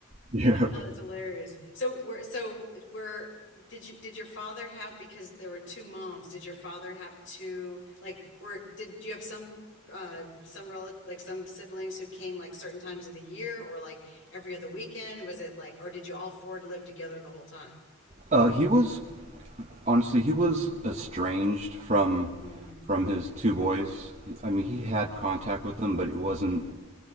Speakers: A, on the right; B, on the left.
A: Yeah.
B: Oh, that's hilarious. So we're so we're did you did your father have because there were two moms, did your father have two like were did you have some uh some relative like some siblings who came like certain times of the year or like every other weekend? Was it like or did you all four live together the whole time?
A: Uh, he was honestly, he was estranged from
B: Mm,
A: from his two boys. I
B: mhm.
A: mean, he had contact with them, but it wasn't